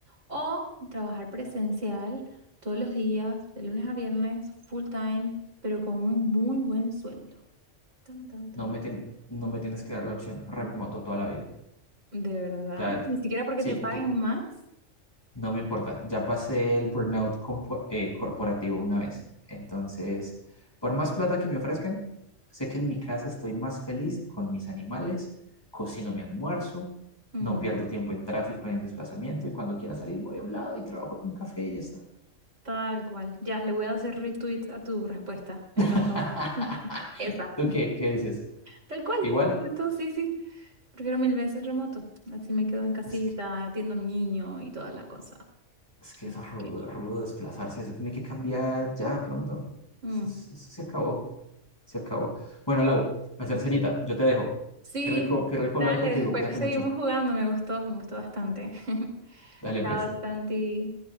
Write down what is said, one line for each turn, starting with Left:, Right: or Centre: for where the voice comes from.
Right: ¿O trabajar presencial todos los días, de lunes a viernes, full time, pero con un muy buen sueldo? Tan, tan, tan.
Left: no me, tien- no me tienes que dar la opción remoto toda la vida.
Right: ¿De verdad?
Left: Ya,
Right: ¿Ni siquiera porque
Left: sí,
Right: te paguen
Left: yo-
Right: más?
Left: no me importa. Ya pasé el burnout compo- eh, corporativo una vez. Entonces, por más plata que me ofrezcan, sé que en mi casa estoy más feliz con mis animales, cocino mi almuerzo,
Right: Mm,
Left: no pierdo tiempo en tráfico y en desplazamiento y cuando quiera salir voy a un lado y trabajo en un café y ya está.
Right: tal cual. Ya, le voy a hacer retweet a tu respuesta. Me
Left: <laughs>
Right: encantó. <laughs> Esa.
Left: ¿Tú qué? ¿Qué dices?
Right: Tal cual.
Left: Igual,
Right: Me gustó, sí, sí. Prefiero mil veces remoto. Así me quedo en casita,
Left: es que
Right: atiendo a mi niño y toda la cosa.
Left: Es que
Right: Ok.
Left: eso es rudo, rudo desplazarse, eso tiene que cambiar ya pronto.
Right: Mm.
Left: Eso, eso- eso se acabó, se acabó. Bueno, Lau, hacer cenita, yo te dejo.
Right: Sí,
Left: Qué rico, qué rico
Right: dale,
Left: hablar contigo,
Right: después
Left: cuídate
Right: seguimos
Left: mucho.
Right: jugando. Me gustó, me gustó bastante. <laughs>
Left: Dale
Right: Chao,
Left: pues.
Right: Tanti.